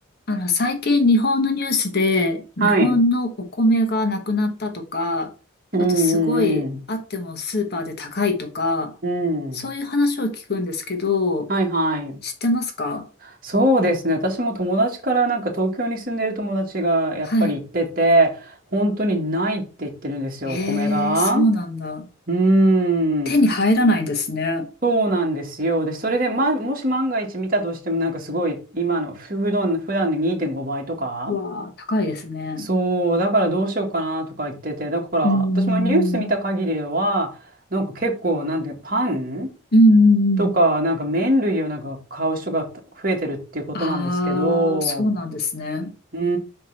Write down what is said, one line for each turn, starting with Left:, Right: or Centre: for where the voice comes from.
Left: あの、最近日本のニュースで、日本のお米がなくなったとか、
Right: はい。うんうん
Left: あとすごい、あってもスーパーで高いとか、
Right: うん。
Left: そういう話を聞くんですけど、
Right: うん。はいはい。
Left: 知ってますか
Right: そうですね。私も友達からなんか東京に住んでる友達がやっぱり言ってて、
Left: はい。
Right: 本当にないって言ってるんですよ、
Left: ええ、
Right: お米が。
Left: そうなんだ。
Right: うーん。
Left: 手に入らないんですね。
Right: そうなんですよ。で、それで、ま、もし万が一見たとしてもなんかすごい今のふ普段、普段の2.5倍とか。
Left: うわあ、高いですね。
Right: そう、だからどうしようかなとか言ってて、だから私もニュース見た限りでは、
Left: うーん。
Right: なんか結構なんでパン
Left: うーん。
Right: とか、なんか麺類をなんか買う人が増えてるっていうことなんですけど、
Left: ああ、そうなんですね。
Right: うーん、